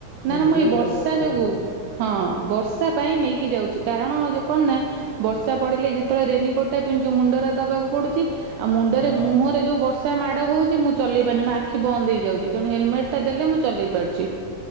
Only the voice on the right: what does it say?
ନା ନା
ମୁଁ ଏଇ ବର୍ଷା
ଯୋଗୁ
ହଁ ବର୍ଷା ପାଇଁ ନେଇକି ଯାଉଛି କାରଣ ଯୋଉ କଣ ନା ବର୍ଷା ପଡିଲେ ଯେତେବେଳେ ରେନିକୋଟ୍ ଟା ପିନ୍ଧୁଛୁ ମୁଣ୍ଡରେ ଦବାକୁ ପଡୁଛି। ଆଉ ମୁଣ୍ଡରେ
ମୁହଁରେ
ଯୋଉ ବର୍ଷା ମାଡ଼ ହଉ ମୁଁ ଚଲେଇ ପାରୁନି ମୋ ଆଖି ବନ୍ଦ ହେଇଯାଉଛି ତେଣୁ ହେଲମେଟ୍ଟା ଦେଲେ ମୁଁ ଚଲେଇ ପାରୁଛି।